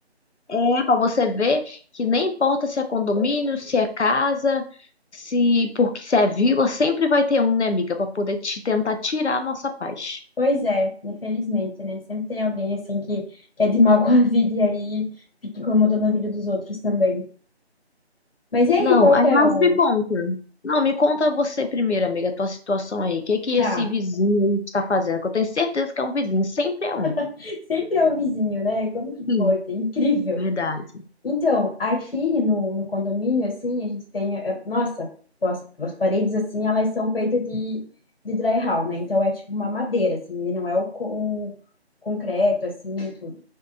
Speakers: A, on the left (about 85°); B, on the left (about 60°).
A: É, pra você ver que nem importa se é condomínio, se é casa, se porque se é vila, sempre vai ter um, né, amiga, pra poder te tentar tirar a nossa paz.
B: Pois é, infelizmente, né? Sempre tem alguém assim que, que é de mal <laughs> com a vida e aí fica incomodando a vida dos outros também. Mas e aí,
A: Não,
B: qual
A: aí
B: que
A: mais
B: é o.
A: me conta. Não, me conta você primeiro, amiga, a tua situação aí. O que é que
B: Tá,
A: esse vizinho aí está fazendo? Que eu tenho certeza que é um vizinho, sempre é um.
B: <laughs> sempre é o vizinho, né? Como que
A: Sim,
B: pode? É incrível.
A: verdade.
B: Então, aqui no, no condomínio, assim, a gente tem, eh, nossa, as, as paredes, assim, elas são feitas de, de drywall, né? Então, é tipo uma madeira, assim, ele não é o, co- o concreto, assim, tudo.